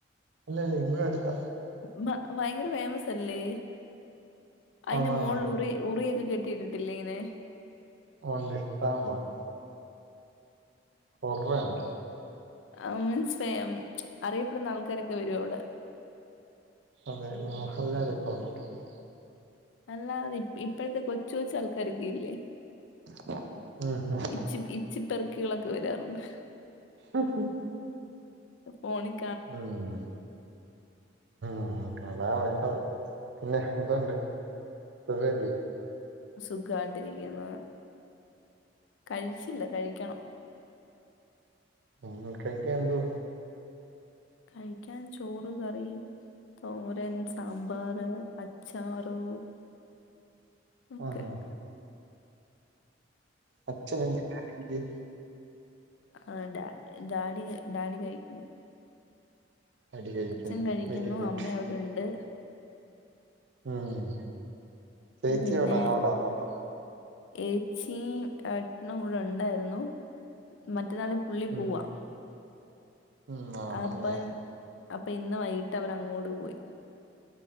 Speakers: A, on the right (about 65°); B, on the left (about 75°).
A: അല്ലല്ല ഇവിടടുത്ത
B: ബ ഭയങ്കര ഫേമസ് അല്ലേ? അതിന്റെ
A: ആണോ
B: മോളിൽ ഉറി ഉറിയൊക്കെ കെട്ട് കേട്ടിട്ടില്ലേത്?
A: ഔർലിട്ടാമ്പു <unintelligible> ഹൊറേണ്ട്.
B: ആ മൻസിലായി അം അറിയപ്പെടുന്ന ആൾക്കാരൊക്കെ വരും അവടെ.
A: അതെ, മോഹല്ലാല് ഇപ്പോ വന്നിട്ടുണ്ട്.
B: അല്ലാതി ഇപ്പഴത്തെ കൊച്ചുകൊച്ചാ ൾക്കാരൊക്കെയില്ലെ?
A: ഉം അ അ
B: ച്ചി ഇച്ചിപെറുക്കികളൊക്ക വരാറുണ്ട്.
A: ഉം ഉ
B: അ ഫോണിൻ
A: ഉവ്....
B: <inaudible>
A: ഉ കതാ വേണ്ടത്. പിന്നെ, എന്തുണ്ട് സുഖല്ലിയോ?
B: സുഖായിട്ടിരിക്കുന്നു. കഴിച്ചില്ല, കഴിക്കണം.
A: നിങ്ങൽക്കൊക്കെ ന്തു
B: കഴിക്കാൻ ചോറ് കറി തോരൻ, സാമ്പാറ്, അച്ചാറു ഓക്കെ
A: ആ ഹാ
B: <inaudible>
A: അച്ഛ നല്ലെ ഹാബീന്റെ
B: ആ ഡാ ഡാഡിഡാഡികഴിക്കുന്നു.
A: അടി കഴിക്കുന്നു
B: അച്ഛൻ കഴിക്കുന്നു
A: വെരി ഗുഡ്
B: അമ്മ അവിടുണ്ട്.
A: ഉം ചേച്ചി
B: ഇ പിന്നെ,
A: എവിടാ അവിടാന്ന് അപ്പ
B: ഏച്ചിയും, ഏട്ടനും, വിടെണ്ടായിരുന്നു മറ്റന്നാളി പുള്ളി
A: ഉം
B: പോവാ
A: ഉം ആ
B: അപ്പംഅപ്പ
A: പറഞ്ഞ
B: ഇന്ന് വൈക് ട്ട് വരങ്ങോട് പോയി